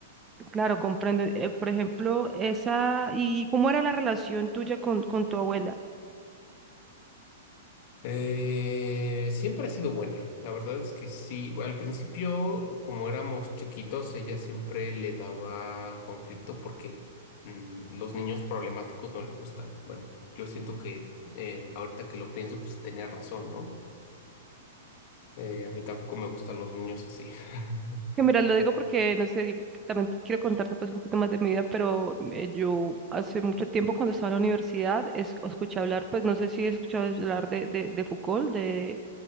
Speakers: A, on the right; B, on the left.
A: claro, comprendo. Eh, por ejemplo, esa. ¿Y cómo era la relación tuya con, con tu abuela?
B: Eh, siempre ha sido buena. La verdad es que sí. Al principio, como éramos chiquitos, ella siempre le daba conflicto porque mm, los niños problemáticos no le gustan. Bueno, yo siento que eh, ahorita que lo pienso, pues tenía razón, ¿no? Eh, a mí tampoco me gustan los niños así. <laughs>
A: Que mira, lo digo porque, no sé, yo también quiero contarte pues, un poquito más de mi vida, pero eh, yo hace mucho tiempo cuando estaba en la universidad es- escuché hablar, pues no sé si he escuchado hablar de, de, de Foucault, de,